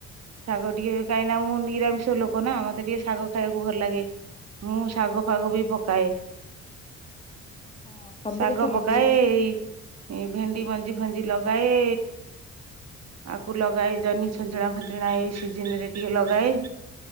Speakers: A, on the right; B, on the left.
A: ଶାଗ ଟିକେ କାହିଁକ ନା ମୁଁ ନିରାମିଷ ଲୋକ ନା ମତେ ଟିକେ ଶାଗ ଖାଇବାକୁ ଭଲ ଲାଗେ। ମୁଁ ଶାଗ ଫାଗ ବି ପକାଏ।
B: ହଁ ସବୁ
A: ଶାଗ
B: କଥା ଲଗେଇବା
A: ପକାଏ ଏଇ
B: ଭଲ
A: ଏ ଭେଣ୍ଡି ମଞ୍ଜି ଫଞ୍ଜି ଲଗାଏ। ଆକୁ ଲଗାଏ ଜହ୍ନି ଛଞ୍ଚଣା ଫାଞ୍ଚଣା ଏଇ ସିଜନ ରେ ଟିକେ ଲଗାଏ।